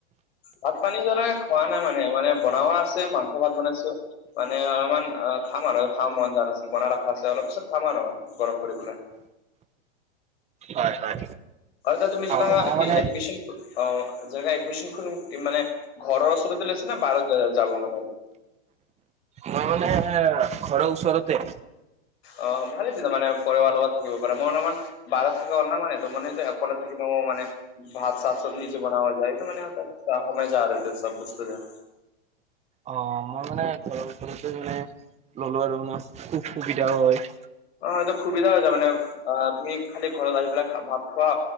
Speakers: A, on the left; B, on the right.
A: ভাত পানী মানে খোৱা নাই মানে মানে বনোৱা আছে মাংস ভাত বনাইছো। মানে অমান অ খাম আৰু খা মন যোৱা নাছিল বনাই ৰখা আছে অলপ পিছত খাম আৰু মানে গৰম কৰিপেলাই।
B: হয় হয়।
A: আৰু তুমি
B: অ',
A: চানা
B: মই
A: কি
B: মানে
A: এডমিশ্যন। অ যেনে এডমিশ্যন খন মানে ঘৰৰ ওচৰতে লৈছে নে বাহিৰলৈ যাব মানে।
B: মই মানে ঘৰৰ ওচৰতে।
A: অ ভালেইছিল মানে পৱাৰ লগত থাকিব পাৰে মই অলমান, বাৰা থাকে অল ন মান ত মান একবালা থাকিলে মানে। ভাত চাত চব নিজে বনোৱা যায়টো মানে সময়ে যাব চব বস্তু তে,
B: অ মই মানে, চৰতে মানে ললো আৰু মানে খুব সুবিধাও হয়।
A: অ এইটো সুবিধা হৈ যায় মানে আৰু আহ তুমি খালি ঘৰত আহি পেলাই ভাত খোৱা